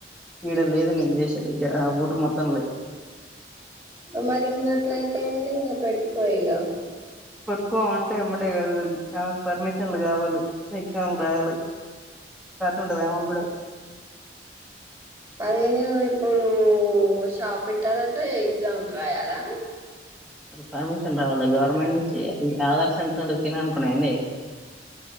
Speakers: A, in the centre; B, on the right (about 25°).
A: ఈడ లేదు నేను చేసేది ఊరు మొత్తం లేదు.
B: మరి ఇంగ అట్లా అయితే ఏంది ఇంక పెట్టుకో ఇగ.
A: పట్టుకోమంటే ఇమ్మడే కాదు అది. పర్మిషన్లు కావాలి. ఎగ్జామ్లు రాయాలి కథ ఉంటది ఆమెకు కూడా
B: అది. ఇప్పుడు షాప్ పెట్టాలండి ఎగ్జామ్స్ రాయాలా.
A: పర్మిషన్ రావాలా గవర్నమెంట్. నుంచి ఈ ఆధార్ సెంటర్ అంటే తిననుకున్నావా ఏంది